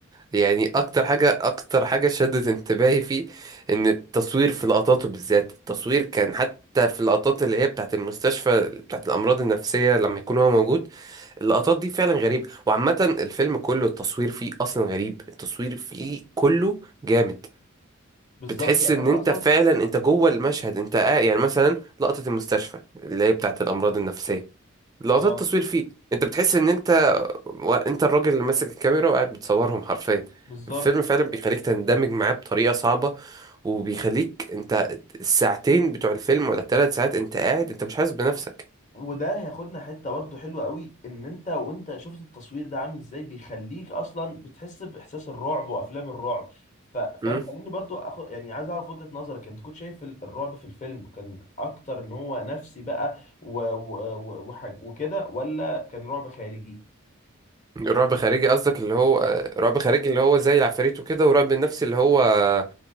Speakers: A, on the right (about 20°); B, on the left (about 35°).
A: يعني اكتر حاجة اكتر حاجة شدت انتباهي فيه ان التصوير في لقطاته بالذات التصوير كان حتى في اللقطات اللي هي بتاعت المستشفى بتاعت الامراض النفسية لما يكون هو موجود اللقطات دي فعلا غريبة وعامة الفيلم كله التصوير فيه أصلا غريب التصوير فيه كله جامد
B: بالظبط
A: بتحس
B: يعني
A: إن
B: انا
A: أنت
B: اصلا
A: فعلا أنت جوه المشهد أنت قاعد يعني مثلا لقطة المستشفى اللي هي بتاعة الأمراض النفسية لقطات
B: اه
A: التصوير فيه أنت بتحس إن أنت و... أنت الراجل اللي ماسك الكاميرا وقاعد بتصورهم حرفيا
B: بالظبط
A: الفيلم فعلا بيخليك تندمج معاه بطريقة صعبة وبيخليك أنت الساعتين بتوع الفيلم ولا الثلاث ساعات أنت قاعد أنت مش حاسس بنفسك
B: وده هياخدنا حته برضه حلوه قوي ان انت وانت شفت التصوير ده عامل ازاي بيخليك اصلا بتحس باحساس الرعب وافلام الرعب ف... فانا
A: امم؟
B: خليني برضه اخد يعني عايز اعرف وجهه نظرك انت كنت شايف ال- الرعب في الفيلم كان اكتر ان هو نفسي بقى و... و... و... وحاج... وكده ولا كان رعب خارجي
A: رعب خارجي قصدك اللي هو آه، رعب خارجي اللي هو زي العفاريت وكده ورعب النفسي اللي هو آه،